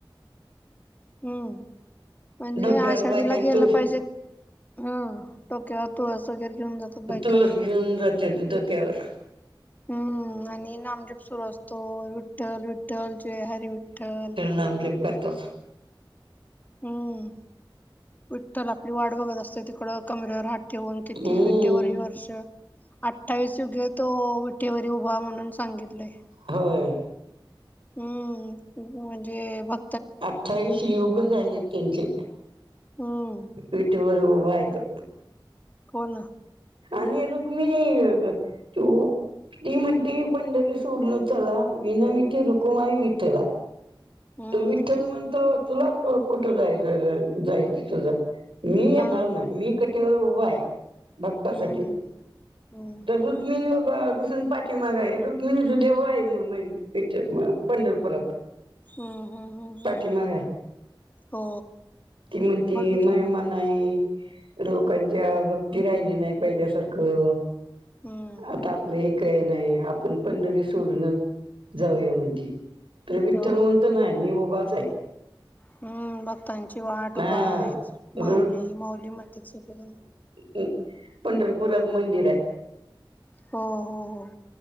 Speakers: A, on the left; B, on the right.
A: हम्म! म्हणजे
B: डोक्यावर
A: आषाढीला
B: बायकांनी
A: गेलं
B: तुळशी
A: पाहिजे. ह डोक्यावर तुळस वगैरे घेऊन जातात बायका.
B: तुळस घेऊन जात्या <unintelligible> डोक्यावर
A: हम्म! आणि नामजप सुरू असतो विठ्ठल, विठ्ठल जय हरी विठ्ठल.
B: नामजप. करतोच.
A: हम्म! विठ्ठल आपली वाट बघत असतोय तिकड कमरेवर हात ठेऊन. किती
B: हम्म
A: विटेवर वर्ष अठ्ठावीस युगे तो विटीवर उभा म्हणून सांगितलंय
B: होय
A: हम्म म्हणजे बघ
B: अठ्ठावीस युग झाले त्यांचे
A: हम्म
B: विटे र उऊबा आयतो
A: पण
B: आणि रुक्मिणी तू ती म्हणती पंढरी सोडल चला विना विती रुकुमाई वि त्याला
A: हम्म
B: तर विठ्ठल म्हणतो तुला कुठं जायचं जाय तिथ मी येणार
A: हा
B: नाही मी कटेवर उभा आहे भक्तासाठी
A: हम्म हम्म
B: तर
A: हम्म
B: रुक्मिणी रुसून पाठीमाग आहे रुक्मिणीचं देवळ आहे इथ पंढरपुरात
A: हम्म हम्म
B: पाठीमाग
A: हम् ह
B: आहे
A: हो
B: ती म्हणती
A: बघितलं
B: म
A: मी
B: म
A: ते
B: नाही आहे लोकांच्या भक्ती राहिली नाही पहिल्यासारखं
A: हम्म.
B: आता आपलं हे काही नाही आपण पंढरी सोडून जाऊया म्हण. त विठ्ठल
A: हो
B: म्हणत नाही मी उभाच आहे.
A: हम्म भक्तांची वाट उभा
B: हा
A: आहे
B: मग
A: माऊली माऊली म्हणतात सगळेजण.
B: ह् पंढरपुरात मंदिर आहे.
A: हो हो हो.